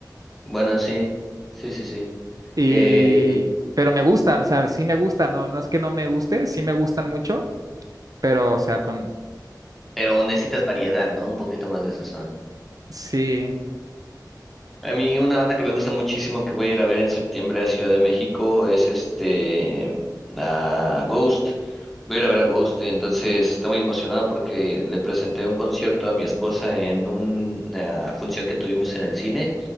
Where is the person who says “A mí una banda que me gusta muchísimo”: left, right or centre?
Centre